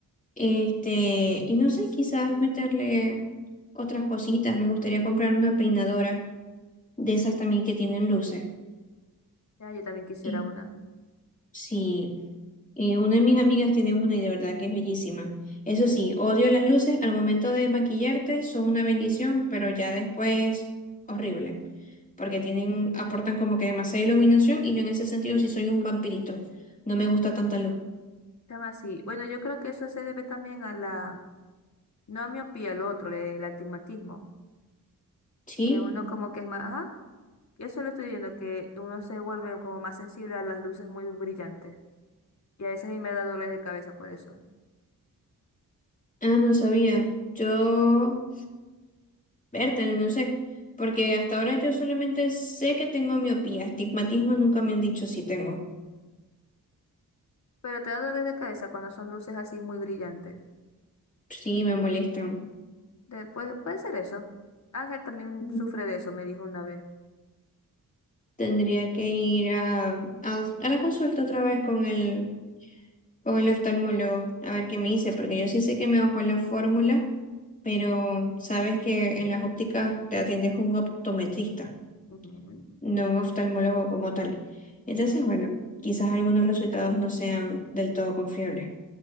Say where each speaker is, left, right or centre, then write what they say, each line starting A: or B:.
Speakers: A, on the left; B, on the left.
A: Este, y no sé, quizás meterle otras cositas. Me gustaría comprar una peinadora de esas también que tienen luces.
B: Ya, yo también quisiera
A: Y
B: una.
A: sí, eh, una de mis amigas tiene una y de verdad que es bellísima. Eso sí, odio las luces. Al momento de maquillarte son una bendición, pero ya después horrible. Porque tienen, aportan como que demasiada iluminación y yo en ese sentido sí soy un vampirito. No me gusta tanta luz.
B: Tema así. Bueno, yo creo que eso se debe también a la, no a miopía, al otro, le- el astigmatismo,
A: ¿Sí?
B: que uno como que es más, ajá, eso lo estoy viendo, que uno se vuelve como más sensible a las luces muy brillantes. Y a veces a mí me da dolores de cabeza por eso.
A: Ah, no sabía. Yo. Vértale, no sé, porque hasta ahora yo solamente sé que tengo miopía, astigmatismo nunca me han dicho si tengo.
B: Pero te da dolores de cabeza cuando son luces así muy brillantes.
A: Sí, me molestan.
B: Después, puede ser eso. Ángel también
A: Mm.
B: sufre de eso, me dijo una vez.
A: Tendría que ir a, a, a la consulta otra vez con el, con el oftalmólogo a ver qué me dice, porque yo sí sé que me bajó la fórmula, pero sabes que en las ópticas te atiendes un optometrista,
B: Ujú,
A: no un oftalmólogo como tal. Entonces, bueno, quizás algunos resultados no sean del todo confiables.